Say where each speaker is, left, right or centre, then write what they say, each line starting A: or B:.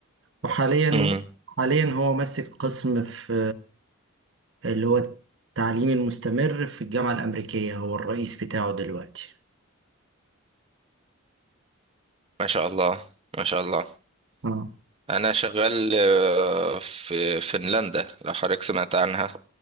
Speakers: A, on the right (about 60°); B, on the right (about 25°).
A: وحاليا
B: امم
A: حاليا هو ماسك قسم في اللي هو التعليم المستمر في الجامعة الأمريكية هو الرئيس بتاعه دلوقتي
B: ما شاء الله ما شاء الله
A: اه
B: انا شغال آه، في فنلندا لو حضرتك سمعت عنها